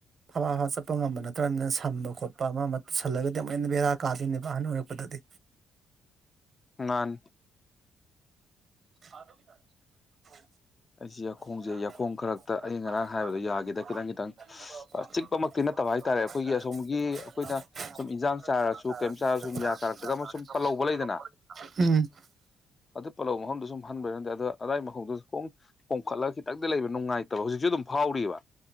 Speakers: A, on the right; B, on the left.
A: ꯊꯋꯥ ꯐꯋꯥ ꯆꯠꯄ ꯉꯝꯕ ꯅꯠꯇ꯭ꯔꯅꯤꯅ ꯁꯝꯕ ꯈꯣꯠꯄ ꯑꯃ ꯑꯃ ꯁꯜꯂꯒꯗꯤ ꯑꯃꯨꯛ ꯍꯦꯟꯅ ꯕꯦꯔꯥ ꯀꯥꯗꯣꯏꯅꯦꯕ ꯑꯍꯟ ꯑꯣꯏꯔꯛꯄꯗꯗꯤ
B: ꯃꯥꯥꯟ
A: <unintelligible> <unintelligible>
B: ꯑꯩꯁꯦ ꯌꯥꯈꯣꯡꯁꯦ ꯌꯥꯈꯣꯡ ꯈꯔꯛꯇ ꯑꯩ ꯉꯔꯥꯡ ꯍꯥꯏꯕꯗꯣ ꯌꯥꯒꯤꯗ ꯈꯤꯇꯪ ꯈꯤꯇꯪ ꯆꯤꯛꯄꯃꯛꯇꯤ ꯅꯠꯇꯕ ꯍꯥꯏꯇꯥꯔꯦ ꯑꯩꯈꯣꯏꯒꯤ ꯑꯁꯣꯝꯒꯤ ꯑꯩꯈꯣꯏꯅ ꯁꯨꯝ ꯏꯟꯖꯥꯡ ꯆꯥꯔꯁꯨ ꯀꯩꯝ ꯆꯥꯔꯁꯨ ꯁꯨꯝ ꯌꯥ ꯀꯥꯔꯛꯇꯒ ꯑꯃ ꯁꯨꯝ ꯄꯜꯂꯧꯕ ꯂꯩꯗꯅ ꯑꯗꯨ ꯄꯜꯂꯧ ꯃꯐꯝꯗꯣ ꯁꯨꯝ ꯍꯟꯕꯔꯝꯗꯤ ꯑꯗ ꯑꯔꯗꯥꯏ ꯃꯈꯗꯨꯣꯡ ꯄ‌ꯣꯡꯈꯛꯂꯒ ꯈꯤꯇꯪꯗ ꯂꯩꯕ ꯅꯨꯡꯉꯥꯏꯇꯕ ꯍꯧꯖꯤꯛꯁꯨ ꯑꯗꯨꯝ ꯐꯥꯎꯔꯤꯕ